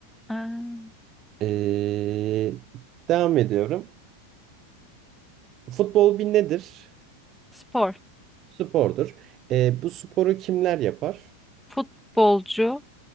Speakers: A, in the centre; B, on the right.
A: Ha,
B: E, devam ediyorum. Futbol bir nedir?
A: Spor.
B: Spordur. E, bu sporu kimler yapar?
A: Futbolcu.